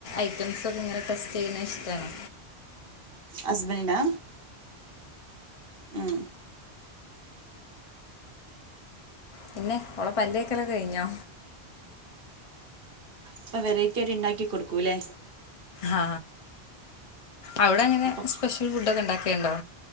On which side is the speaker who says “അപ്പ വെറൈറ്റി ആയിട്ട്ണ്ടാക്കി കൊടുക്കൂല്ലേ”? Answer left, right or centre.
Right